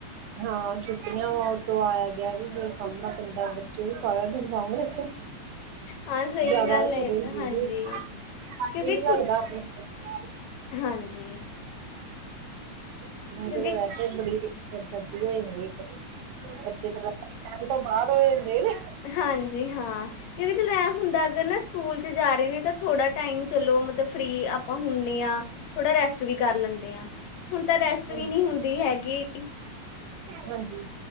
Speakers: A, on the right; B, on the left.
A: ਹਾਂ, ਛੁੱਟੀਆਂ ਵਾ ਉਤੋਂ ਆਇਆ ਗਿਆ ਵੀ ਫੇਰ ਸਾਂਭਣਾ ਪੈਂਦਾ, ਬੱ ਬੱਚੇ ਵੀ ਸਾਰਾ ਦਿਨ ਸਾਂਭਣੇ।
B: ਹਾਂ ਸਹੀ
A: ਜਾਦਾ
B: ਗੱਲ ਹੈ
A: ਸ਼ਡਿਊਲ
B: ਇਹ ਤਾਂ
A: ਬਿਜੀ,
B: ਹਾਂਜੀ
A: ਟਾਈਮ
B: ਕਿਉਂਕਿ
A: ਹੀ ਨੀ ਲੱਗਦਾ
B: ਛੁ
A: ਆਪਣੇ ਤੇ।
B: ਹਾਂਜੀ
A: ਛੁੱਟੀਆਂ
B: ਕਿਉਂਕਿ
A: ਚ ਤਾਂ ਵੈ ਵੈਸੇ ਬੜੀ ਸਿਰ ਦਰਦੀ ਹੋ ਜਾਂਦੀ ਇੱਕ, ਬੱਚੇ ਤਾਂ ਵੈਸੇ ਕਹਿਣੇ ਤੋਂ ਬਾਹਰ ਹੋ ਜਾਂਦੇ ਨੇ।
B: ਹਾਂਜੀ, ਹਾਂ। ਇਹਦੇ ਚ ਲੈਅ ਹੁੰਦਾ, ਅਗਰ ਨਾ ਸਕੂਲ ਚ ਜਾ ਰਹੇ ਨੇ ਤਾਂ ਥੋੜਾ ਟਾਈਮ ਚਲੋ ਮਤਲਬ ਫ੍ਰੀ ਆਪ ਆਪਾਂ ਹੁੰਨੇ ਆ, ਥੋੜਾ ਰੈਸਟ ਵੀ ਕਰ ਲੈਂਦੇ ਆ, ਹੁਣ ਤਾਂ ਰੈਸਟ
A: ਹਾਂਜੀ
B: ਵੀ ਨਹੀਂ ਹੁੰਦੀ ਹੈਗੀ।
A: ਹਾਂਜੀ।